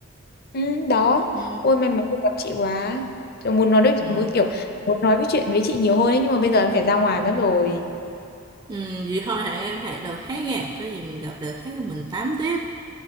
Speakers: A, on the left; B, on the right.
A: ừ, đó
B: ừ
A: ôi may mắn được gặp chị quá Trời, muốn nói được
B: ừ
A: muốn kiểu muốn nói với chuyện với chị nhiều hơn ấy nhưng mà bây giờ em phải ra ngoài mất rồi
B: ừ vậy thôi hẹn em hẹn đợt khác nha có gì mình gặp đợt khác mình tám tiếp